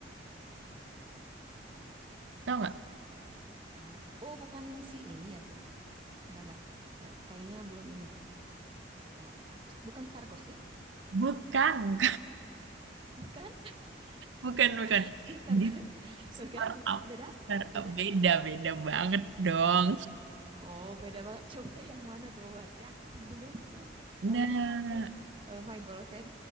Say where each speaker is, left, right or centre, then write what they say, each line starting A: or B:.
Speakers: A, on the right; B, on the right.
A: tahu
B: Se-
A: nggak?
B: Startup. Oh bukan si ini ya, Bu. Enggak, enggak. Enggak, kayaknya belum ini. Star apa- bukan Star Gossip,
A: Bukan.
B: bukan,
A: Bukan, bukan.
B: <laughs> bukan Star
A: Jadi
B: Go- <laughs>
A: startup,
B: bukan, bukan, beda,
A: startup
B: beda,
A: beda, beda banget dong.
B: beda. Oh, beda banget. Coba yang mana tuh berarti aku belum tuh.
A: Nah,
B: Tahunya aku eh, My Boyfriend